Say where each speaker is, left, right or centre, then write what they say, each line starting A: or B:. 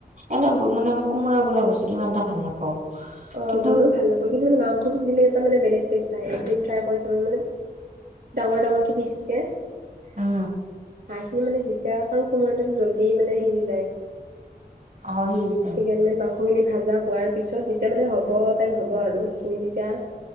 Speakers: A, on the right; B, on the right.
A: এনে মানে মই কোমোৰা বোলা বস্তুতটো ইমান এটা ভাল নাপাওঁ।
B: অ
A: কিন্তু
B: মইো ভাল লাগো কিন্তু মানে মাংসটো। দিলেটা মানে বেলেগ টেষ্ট আহে একদিন ট্ৰাই কৰি চাব মানে ডাঙৰ ডাঙৰ কি পিচ কে
A: অ।
B: হাঁহখিনি মানে যেতিয়া কাৰণ কোমোৰাটো জল্দি মানে সিজি যায়
A: অ সিজি যায়
B: সেইকাৰণে মাংসখিনি ভাজা হোৱাৰ পিছত যিত তেতিয়া মানে হ'ব টাইম হ'ব আৰু সেইখিনি তেতিয়া